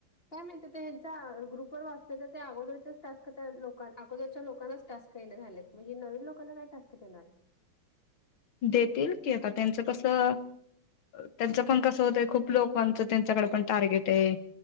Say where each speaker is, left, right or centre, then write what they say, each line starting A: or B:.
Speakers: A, on the left; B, on the left.
A: कायं माहिती यांच्या ग्रुपवर वाचतं तरं ते अगोदरच्यांच टास्क त्यां लोकां अगोदरच्यां लोकांनांच टास्क कांहीं नाहीं झालेत मंग हे नवीन लोकांना कायं टास्क देणारं
B: देतीलं की आता त्यांचं कसं त्यांचं पणं कसं होतंय खूंप लोकांचं त्यांच्याकडे पणं टार्गेट आहे